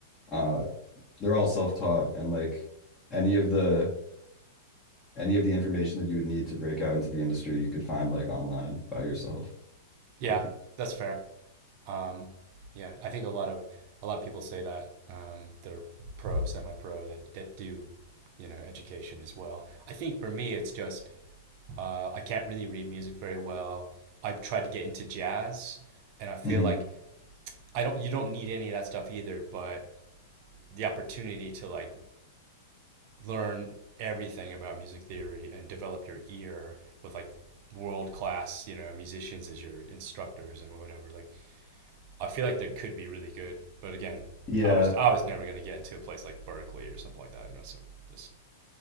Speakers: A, on the left (about 20°); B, on the right (about 45°).
A: uh they're all self-taught and like any of the any of the information that you would need to break out into the industry you could find like online by yourself.
B: yeah,
A: Um,
B: that's fair. Um, yeah, I think a lot of a lot of people say that um, they're pro, semi-pro that that do, you know, education as well. I think for me, it's just Uh, I can't really read music very well. I've tried to get into jazz, and I feel
A: mhm.
B: like I don't. You don't need any of that stuff either. But the opportunity to like learn everything about music theory and develop your ear with like world class, you know, musicians as your instructors and whatever. Like, I feel like that could be really good. But again,
A: Yeah,
B: I was I was never gonna get into a place like Berkeley or something like that. You know, so just